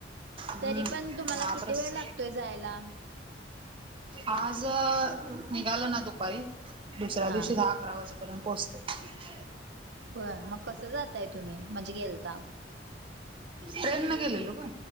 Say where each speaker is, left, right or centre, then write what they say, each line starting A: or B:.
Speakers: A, on the right (about 30°); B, on the right (about 65°).
A: हम्म
B: तरी पण तुम्हाला
A: महाप्रस
B: किती वेळ लागतोय जायला
A: आज निघाल ना दुपारी दुसऱ्या
B: हा
A: दिवशी दहा अकरा वाजेपर्यंत पोहोचतय
B: होय मग कस जातय तुम्ही म्हणजे गेलता
A: ट्रेन न गेलेलो गं